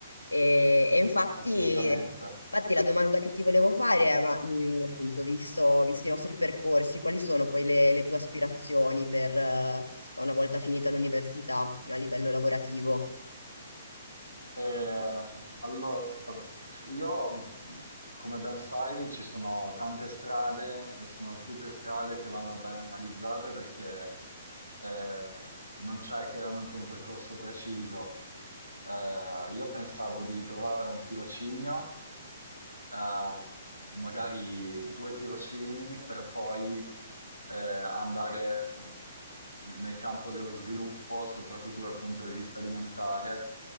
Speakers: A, on the left; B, on the right.
A: E, e infatti,
B: assolutamente.
A: infatti la domanda che ti volevo fare è, ma, mh, appunto, visto, visti i nostri percorsi, quali sono poi le, le tue aspirazioni per, eh, una volta finita l'università a livello lavorativo?
B: Eh, allora. Io, come ben sai, ci sono tante strade e sono tutte strade che vanno ben analizzate perché eh, non c'è chiaramente un percorso preciso. Eh, io pensavo di trovare un tirocinio a magari due tirocini per poi eh, andare mm, nel campo dello sviluppo, soprattutto dal punto di vista alimentare,